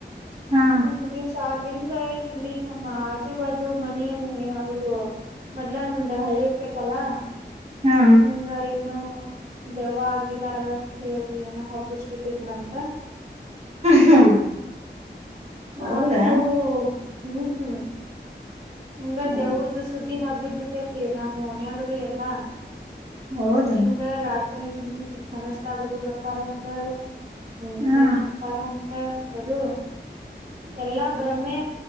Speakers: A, on the right; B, on the right.
A: ಹಾ
B: ಎಂಟ ದಿವಸ ಆಗ. ಅೆ ಇಲ್ಲಿ ನಮ್ಮ ಆಚು ಬಾಜು ಮನ ಅವರು ಮೊದ್ಲ ನಮ್ದ ಹಳ್ಳಿಯಕೇತಲ್ಲ.
A: ಹಾ
B: ಹಂಗ ಏನೋ. ದೆವ್ ಆಗಿದಾರ ಸೇರಿ ಏನ ಹೊಗ್ಬಿಸಬಿಟ್ಟಿದ್ರಂತ.
A: ಹಾ ಹೌದಾ
B: ಹದು <unintelligible> ಹ್ಮ್ ಹಂಗ
A: ಹಾ,
B: ದೇವುದ ಸುದ್ದಿ ಹಾಗ ಕೇತಿ ನಮ್ ಮನ ಆಗದು ಎಲ್ಲಾ
A: ಹೌದಾ
B: ನಿಮ್ಗ ರಾತ್ರಿ ಹ್ಮ್ ಕನಷ್ಟ ಆಗದು ಬರ್ತಾರಂತ ಹ್ಮ್
A: ಹಾ
B: ನೀನು ಒಂತರ ಹಂತದು. ಎಲ್ಲಾ ಭ್ರಮೆ.